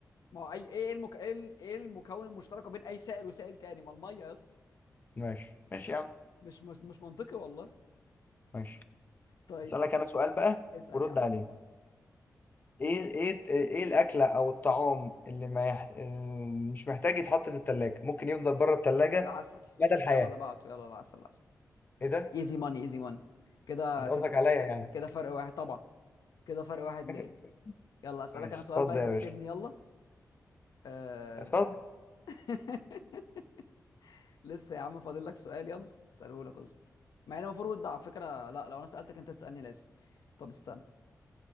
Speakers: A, on the left; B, on the left.
A: ما هو اي ايه إيه المك... ايه ال- إيه المكون المشترك ما بين اي سائل وسائل تاني ما الميه يا اسطى
B: ماشي ماشي يا عم
A: مش مش مش منطقي والله
B: ماشي
A: طيب
B: اسالك انا سؤال بقى
A: اسال
B: ورد
A: يا عم
B: عليه ايه ايه ايه الاكله او الطعام اللي ما يح... اللي مش محتاج يتحط في التلاجة ممكن يفضل بره التلاجة
A: العسل
B: مدى الحياه
A: يلا اللي بعده يلا العسل العسل
B: ايه ده
A: ايزي ماني ايزي ماني كده
B: انت
A: كده
B: قصدك
A: كده
B: عليا يعني
A: كده فرق واحد طبعا كده فرق واحد
B: <laughs>
A: ليه يلا اسالك
B: ماشي
A: انا سؤال
B: اتفضل
A: بقى يكسبني
B: يا باشا
A: يلا أه...
B: اتفضل
A: <laughs> لسه يا عم فاضل لك سؤال يلا اساله لك اصبر مع ان المفروض ده على فكره لا لو انا سالتك انت تسالني لازم طب استنى